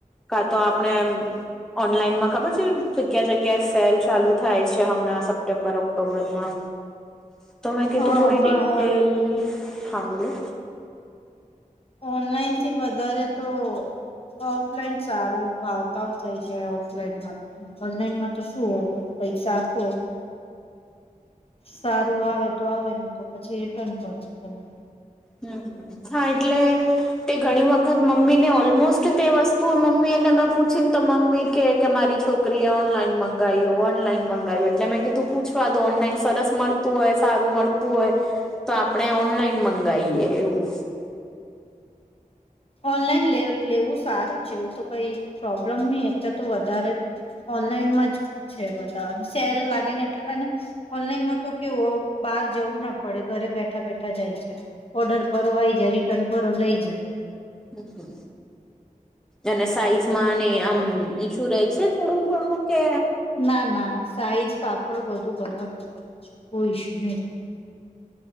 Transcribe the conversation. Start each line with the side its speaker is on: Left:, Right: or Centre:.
Centre: કા તો આપણે એમ ઓનલાઈનમાં ખબર છે જગ્યા જગ્યા સેલ ચાલુ થાય છે હમણાં સપ સપ્ટેમ્બર, ઓક્ટોબરમાં તો મેં કીધું
Left: હા
Centre: થોડી ડિટેલ
Left: પણ
Centre: હા બોલો.
Left: ઓનલાઈન થી વધારે તો ઓફલાઈન સારું ભાવતાઓ થઈ જાય ઓફલાઈનમાં તો ઓનલાઈન માં તો શું હોવો પૈસા આપો સારું આવે તો આવે ને તો પછી રિટર્ન કરવું પડે.
Centre: હમ્મ હા એટલે. તે ઘણી વખત મમ્મીને ઓલમોસ્ટ તે વસ્તુ મમ્મી એને મેં પૂછી ને તો મમ્મી કે કે મારી છોકરી ક્રી ઓનલાઈન મંગાવ્યું ઓનલાઈન મંગાવ્યું એટલે મેં કીધું પૂછવા દો ઓનલાઈન સરસ મળતું હોય સારું મળતું હોય તો આપણે ઓનલાઈન મંગાવીએ એવું.
Left: ઓનલાઈન લે લેવું સારું છે એવું તો કઈ પ્રોબ્લેમ નહી અયારે તો વધારે ઓનલાઈનમાં જ છે બધા સેલ લાગે ને એટલે અને ઓનલાઈનમાં તો કેવુ બહાર જવું ના પડે ઘરે બેઠા બેઠા જ આવી જાય. ઓર્ડર કરો આયી જાય, રિટર્ન કરો લઈ જાય.
Centre: હમમ હમમ. અને સાઈઝ માં ને આમ ઈશુ રહેે છે થોડું ઘણું કે
Left: ના ના સાઈઝ કાપડ બધું બરાબર જ હોય છે કોઈ ઇશ્યુ નય રહેતો.